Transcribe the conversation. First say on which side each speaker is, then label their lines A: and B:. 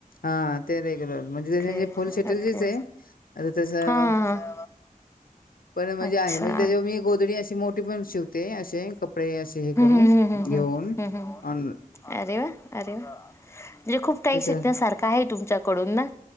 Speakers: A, on the left; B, on the left.
A: हा हा ते रेग्युलर म्हणजेे
B: रेग्युलर
A: ते फुल
B: पद्धतीने
A: शेटेलजीच आहे अता तसवा
B: पण
A: पण म्हणजे
B: तसं
A: आहे म्हणजे
B: भरलेली
A: त्याच्या मी गोदडी अशी मोठी पण शिवते असे कपडे असे
B: कपडे
A: हे करून घेऊन
B: स्टिच करून
A: ओन
B: अरे वा अरे वा म्हणजे खूप कााही
A: त्याच्या
B: शिकण्यासारखं आहे तुमच्याकडून ना